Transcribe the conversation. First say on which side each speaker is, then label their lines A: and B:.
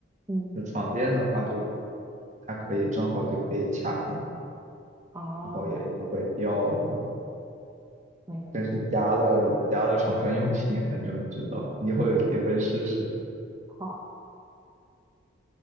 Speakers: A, on the right (about 15°); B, on the right (about 35°).
A: 嗯，
B: 就床垫的话就，它可以正好就可以卡进去，
A: 哦，
B: 然后也不会掉什么。
A: 嗯，
B: 但是加了加了床上用品，还真不知道，以后有机会试试。
A: 好，